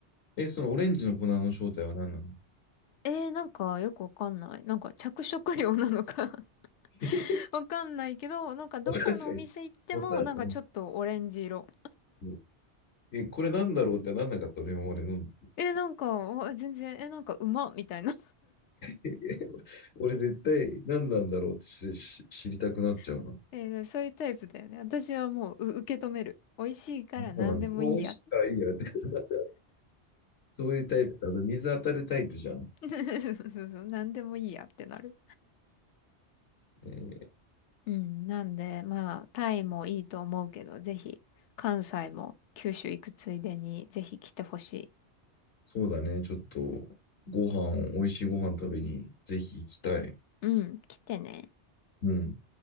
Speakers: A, on the left (about 70°); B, on the left (about 85°).
A: え、そのオレンジの粉の正体は何なの
B: えー、なんかよくわかんない。なんか着色料なのか <laughs>
A: <laughs>
B: わかんないけど、なんかどこのお店行っても、
A: わかんない。わかん
B: なんかちょっとオレンジ色。
A: うん。え、これなんだろうってなんなかった俺今まで飲ん
B: えー、なんか、あ全然、えー、なんかうまっみたいな
A: で。<laughs> 俺絶対何なんだろうって知知知りたくなっちゃうな。
B: <laughs> えー、そういうタイプだよね。私はもう、う受け止める。美味しいから何でもいいや。
A: あそうなんだ。まあ、美味しいからいいやって。<laughs> そういうタイプか。あと水当たるタイプじゃん。
B: <laughs> そうそう、何でもいいやってなる。
A: えー
B: うん、なんで、まあ、タイもいいと思うけど、ぜひ、関西も九州行くついでに、ぜひ来てほしい。
A: そうだね。ちょっと、ご飯、美味しいご飯食べに、ぜひ行きたい。
B: うん、来てね。
A: うん。